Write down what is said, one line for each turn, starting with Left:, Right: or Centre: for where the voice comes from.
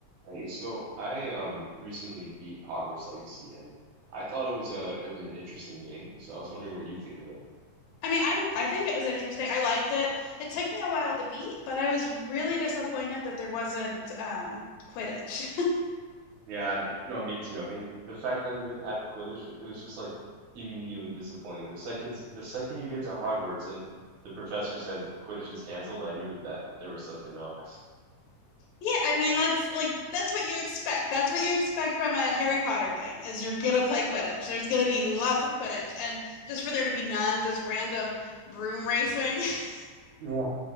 Right: Hey, so I um recently beat Hogwarts Legacy and I thought it was a it was an interesting game. So I was wondering what you think of it.
Left: I mean, I I think it was interesting. I liked it. It took me a while to beat, but I was really disappointed that there wasn't um Quidditch. <laughs>
Right: Yeah, n- no, me too. I mean, the fact that they didn't add Quidditch, it was just like immediately disappointing. The second the second you get to Hogwarts and the professor says Quidditch is canceled, I knew that there was something up.
Left: Yeah, I mean that's like that's what you expect. That's what you expect from a Harry Potter game is you're gonna play Quidditch. There's gonna be lots of Quidditch, and just for there to be none, just random broom racing. <laughs>
Right: Yeah.